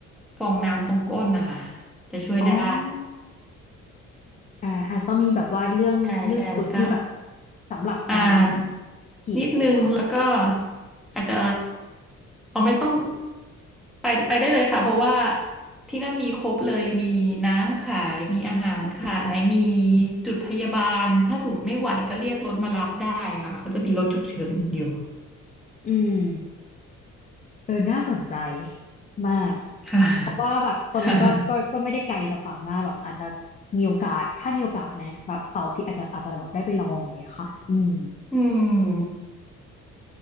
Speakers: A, in the centre; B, on the left (about 25°).
A: ฟองน้ำตรงก้นนะคะ จะช่วยได้
B: อ๋อ อ่าอาจจะต้องมีแบบว่าเรื่องเรื่องชุดที่แบบ
A: ใช่ใช่แล้วก็
B: สำหรับการ
A: อ่าน
B: ขี่จักรยาน
A: นิดนึงแล้วก็อาจจะเอาไม่ต้องไปไปได้เลยค่ะเพราะว่าที่นั่นมีครบเลยมีน้ำขายมีอาหารขายมีจุดพยาบาลถ้าสมมติไม่ไหวก็เรียกรถมารับได้ค่ะเขาจะมีรถฉุกเฉินอยู่
B: อืมเออน่าสนใจมาก
A: ค่ะ
B: เพราะว่าแบบตอนนั้นก็ก็ก็ไม่ได้ไกลจากฝั่งมากแบบอาจจะ
A: <laughs>
B: มีโอกาสถ้ามีโอกาสนะแบบเสาร์อาทิตย์อาจจะอาจจะแบบได้ไปลองเลยค่ะอืม
A: อืม